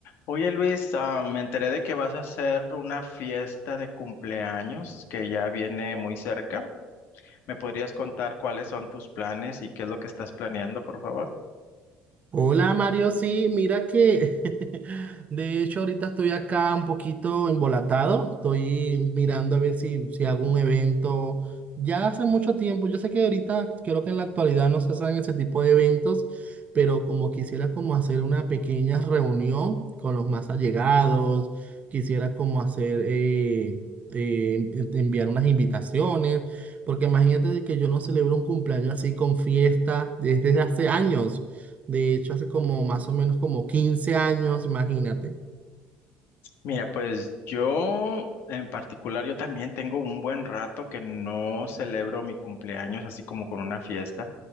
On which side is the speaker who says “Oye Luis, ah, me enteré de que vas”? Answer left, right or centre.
Left